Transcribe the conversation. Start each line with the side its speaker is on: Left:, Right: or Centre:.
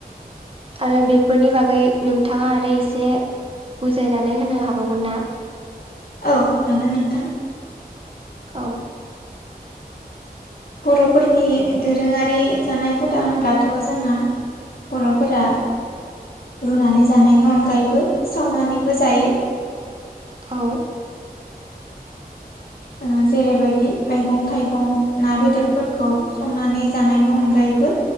Right: आरो बेफोरनि बागै नोंथाङा आरो एसे बुजायनानै होनो हाबावगोन ना
Left: औ हागोन नोंथां
Right: औ
Left: बर'फोरनि दोरोङारि जानाय हुदा होनब्लाथ' जोंना बर'फोरा रुनानै जानायनि अनगायैबो सावनानैबो जायो
Right: औ
Left: <unintelligible> जेरैबायदि मैगं थाइगं ना बेदरफोरखौ संनानै जानायनि अनगायैबो